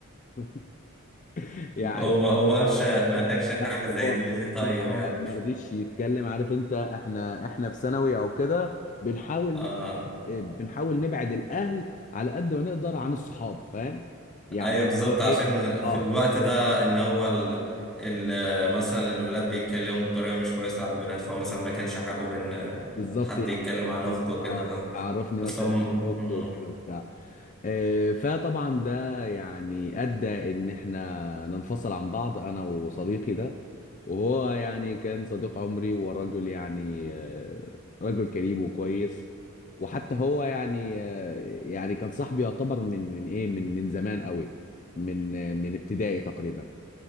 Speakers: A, on the left; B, in the centre.
A: <laughs> يعني
B: وما وما قالش ما قالكش حاجه
A: لا
B: زي
A: هو
B: دي ليه طيب
A: لا هو
B: يعني
A: ما رضيش يتكلم عارف انت احنا احنا في ثانوي او كده بنحاول
B: اه
A: بنحاول نبعد الاهل على قد ما نقدر عن الصحاب فاهم يعني
B: ايوه
A: اللي
B: بالظبط
A: هو ايه
B: عشان في
A: اه
B: الوقت ده ان هو ال... ال... مثلا الولاد بيتكلموا بطريقه مش كويسه على البنات فهو مثلا ما كانش حابب ان
A: بالظبط
B: حد
A: يعني
B: يتكلم عن اخته وكده
A: اه
B: آه.
A: عرفني
B: بس
A: مثلا
B: هم
A: اخته
B: مم.
A: وكده وبتاع آه، فطبعا ده يعني ادى ان احنا ننفصل عن بعض انا وصديقي ده وهو يعني كان صديق عمري ورجل يعني آه، رجل كريم وكويس وحتى هو يعني آه، يعني كان صاحبي يعتبر من من ايه من من زمان قوي من آه، من ابتدائي تقريبا